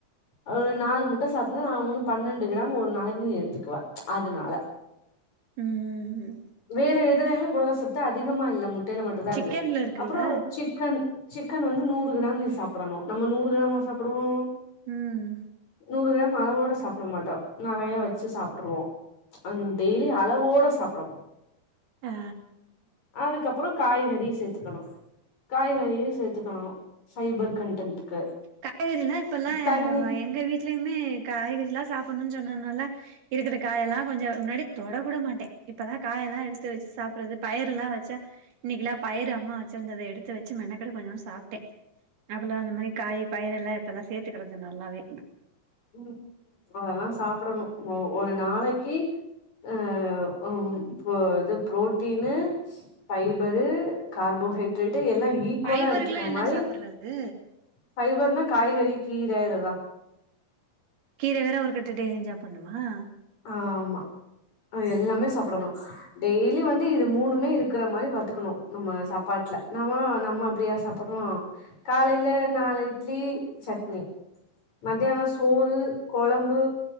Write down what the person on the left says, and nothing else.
ஆஹ்
நாலு முட்ட சாப்ட்டேனா அவுனு பன்னெண்டு கிராம் ஒரு நாளைக்கு நீ எடுத்துக்குவ அதனால
வேற எதுலையுமே புரதசத்து அதிகமா இல்ல முட் டைல மட்டு தா
இருக்கு
அப்புறோ சிக்கன் சிக்கன் வந்து நூறு கிராம் நீ சாப்பிடணு நம்ம நூறு கிராமா சாப்பிடுவோ
நூறு கிராம் அளவோட சாப்பிட மாட்டோ நெறையா வச்சு சாப்ட்டுருவோ அன் டெய்லி அளவோடச் சாப்டணு
அதுக்கப்புறோ காய்கறியு சேத்துக்கணு காய்கறியு சேத்துக்கணு ஃபைபர் கன்டென்ட்க்கு
தண்ணி
உம் அதெல்லா சாப்பிடணு ஒ ஒரு நாளைக்கு அஹ் உ பு அது ப்ரோட்டீனு ஃபைபரு கார்போஹைட்ரேட் வந்து எல்லாம் ஈக்குவலா
எடுத்துக்க
மாரி
ஃபைபர் நா காய்கறிக் கீர இது தான்
ஆ ஆமா எல்லாமே சாப்பிடணும் டெய்லி வந்து இது மூணுமே இருக்கிற மாரி பாத்துக்கணும் நம்ம சாப்பாட்ல நாம நம்ம அப்படியா சாப்புடுறோம் காலையில் நாலு இட்லி சட்னி மத்தியானம் சோறு கொழம்பு